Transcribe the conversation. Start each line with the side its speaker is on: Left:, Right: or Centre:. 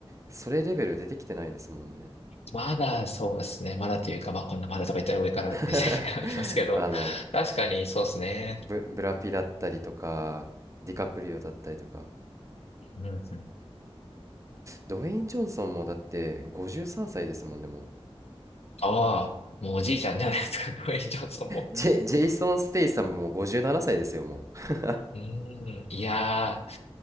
Right: それレベル出てきてないですもんね
Left: まだそうですね。まだというか、まあこんなまだとか言ったら上から目線がありますけど、
Right: <laughs> あの
Left: 確かにそうですね。
Right: ブ、ブラピだったりとか、ディカプリオだったりとか、
Left: うんうんうん、
Right: ドウェイン・ジョンソンもだって53歳ですもんね、もう。
Left: ああ、もうおじいちゃんじゃないですか、ドウェイン・ジョンソンも。
Right: ジェ、ジェイソン・ステイサムも57歳ですよ、もう。
Left: うーん、いやー、